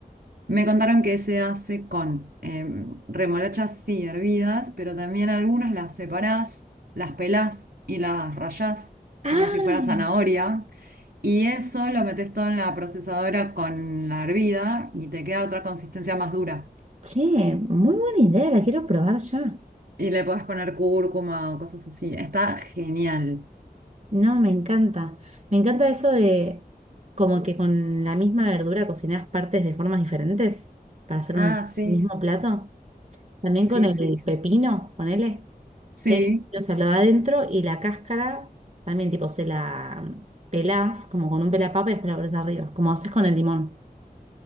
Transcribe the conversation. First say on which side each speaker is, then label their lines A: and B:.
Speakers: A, on the right; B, on the right.
A: Me contaron que se hace con em, remolachas, sí, hervidas, pero también algunas las separás, las pelás y las rayás
B: Ah,
A: como si fuera zanahoria. Y eso lo metes todo en la procesadora con la hervida y te queda otra consistencia más dura.
B: che, muy buena idea, la quiero probar ya.
A: Y le podés poner cúrcuma o cosas así. Está genial.
B: No, me encanta. Me encanta eso de como que con la misma verdura cocinás partes de formas diferentes para hacer
A: Ah,
B: un
A: sí,
B: mismo plato. También
A: sí,
B: con el
A: sí.
B: pepino, ponele,
A: Sí.
B: que o sea, lo da adentro y la cáscara también tipo se la pelás como con un pelapapa y después la pones arriba, como haces con el limón.